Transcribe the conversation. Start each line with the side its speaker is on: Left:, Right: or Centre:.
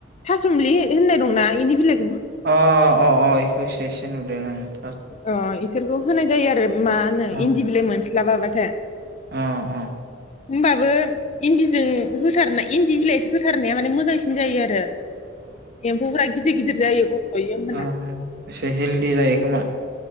Left: थासुमलि होननाय दंना इनि बिलाइ
Right: अ अ अ खौसो एसे नुदों आङो
Left: अ इसोरखौ होनाय जायो आरो मा होनो
Right: औ
Left: इन्दि बिलाइ मोनस्लाबाबा <inaudible>
Right: अ अ
Left: होमबाबो इन्दिजों होथारना इन्दि बिलाइ होथारनाया माने मोजांसिन जायो आरो एमफौफ्रा गिदि गदिर जायो गब्ल'यो होमबाना
Right: ओ एसे हेलदि जायो खोमा